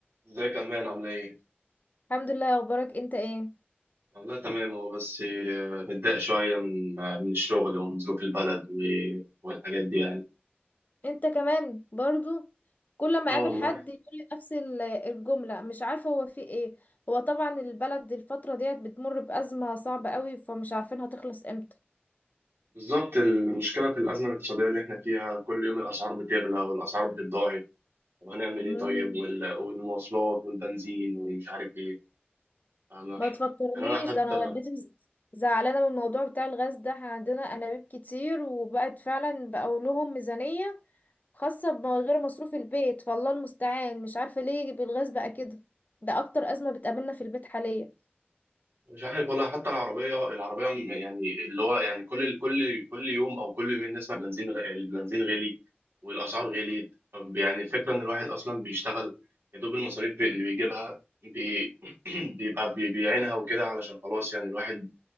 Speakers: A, on the right; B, on the left.
A: ازيك يا امان عامله ايه؟
B: الحمد لله اخبارك انت ايه
A: والله تمام هو بس آه، متضايق شويه من آه، من الشغل ومن ظروف البلد و- والحاجات دي يعني
B: انت كمان برضو كل ما
A: اه
B: اقابل
A: والله
B: حد يقول لي نفس ال- الجملة مش عارفة هو في ايه هو طبعا البلد الفترة ديت بتمر بأزمة صعبة قوي فمش عارفين هتخلص امتى
A: بالظبط المشكله في الازمه الاقتصاديه اللي احنا فيها كل يوم الاسعار بتغلى والاسعار بتتضاعف طب هنعمل
B: مم،
A: ايه طيب وال- والمواصلات والبنزين ومش عارف ايه فاهمه
B: ما تفكرنيش
A: يعني انا حتى
B: ده انا والدتي ز- زعلانة من الموضوع بتاع الغاز ده احنا عندنا انابيب كتير وبقت فعلا بقوا لهم ميزانية خاصة بغير مصروف البيت فالله المستعان مش عارفة ليه بالغاز بقى كده ده اكتر أزمة بتقابلنا في البيت حاليا
A: مش عارف والله حتى العربية العربية م- يعني اللي هو يعني كل كل كل يوم أو كل يومين نسمع البنزين غ- البنزين غالي والأسعار غليت طب يعني الفكرة إن الواحد أصلا بيشتغل يا دوب المصاريف بي- اللي بيجيبها بي <clears throat> بيبقى بي- بيعينها وكده علشان خلاص يعني الواحد